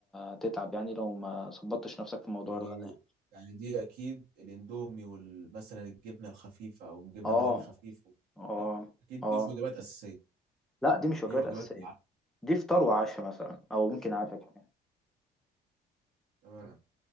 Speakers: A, in the centre; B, on the right.
A: هتتعب يعني لو ما ظبطتش نفسك في موضوع
B: يعني
A: الغدا يعني.
B: يعني دي أكيد الإندومي وال- مثلا الجبنة الخفيفة أو الجبنة
A: اه
B: ملح الخفيف وكده،
A: اه
B: أكيد
A: اه
B: دي مش وجبات أساسية
A: لا دي مش وجبات
B: دي وجبات
A: اساسية
B: العشاء
A: دي فطار وعشاء مثلا او ممكن عشاء كمان
B: تمام